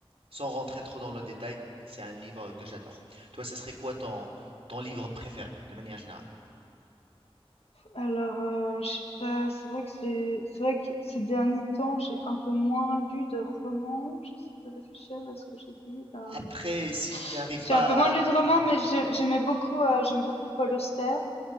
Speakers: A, on the right; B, on the left.
A: sans rentrer trop dans le détail, c'est un livre que j'adore. Toi, ce serait quoi ton, ton livre préféré, de manière générale?
B: Alors, euh, je sais pas, c'est vrai que j'ai- c'est vrai que ces derniers temps, j'ai un peu moins lu de romans. J'essaie de réfléchir à ce que j'ai lu. Euh,
A: Après, si tu n'arrives
B: j'ai
A: pas
B: un peu
A: à...
B: moins lu de romans,
A: Hmm,
B: mais j'ai- j'aimais
A: hmm.
B: beaucoup, euh, j'aime beaucoup Paul Auster.